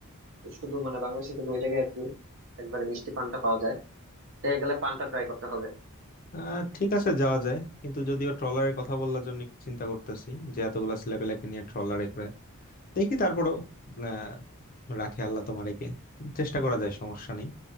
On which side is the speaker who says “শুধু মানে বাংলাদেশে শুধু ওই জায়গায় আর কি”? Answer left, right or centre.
Right